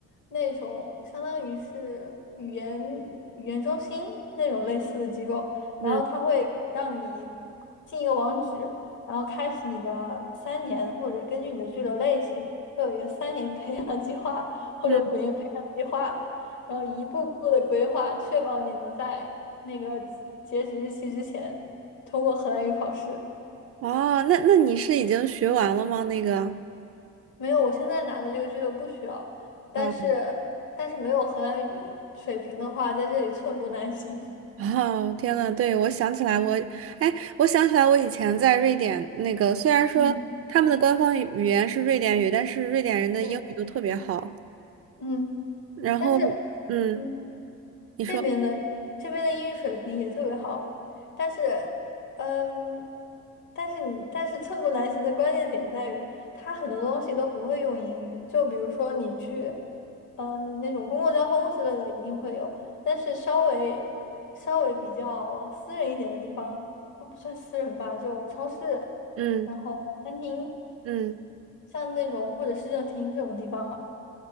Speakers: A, on the left (about 75°); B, on the right (about 50°).
A: 那种相当于是语言语言中心那种类似的机构。
B: 嗯
A: 然后它会让你进一个网址，然后开始你的三年，或者根据你的居留类型，会有一个三年培养计划或者五年培养计划，
B: 嗯，
A: 然后一步步的规划，确保你能在那个截止日期之前通过荷兰语考试。
B: 哦，那那你是已经学完了吗？那个。
A: 没有，我现在拿的这个居留不需要，但是但是没有荷兰语的水平的话，
B: 啊。
A: 在这里寸步难行。
B: <laughs> 哦，天呐，对，我想起来我，哎，我想起来我以前在瑞典那个，虽然说他们的官方语语言是瑞典语，
A: 嗯，
B: 但是瑞典人的英语都特别好。
A: 对，嗯，
B: 然后，
A: 但是。
B: 嗯，
A: 嗯。
B: 你说，
A: 这边的这边的英语水平也特别好，但是，嗯，但是你但是寸步难行的关键点在于，他很多东西都不会用英语，就比如说你去，嗯，那种公共交通之类的一定会有，但是稍微稍微比较私人一点的地方都不算私人吧，就超市，
B: 嗯
A: 然后餐厅，
B: 嗯
A: 像那种或者市政厅这种地方。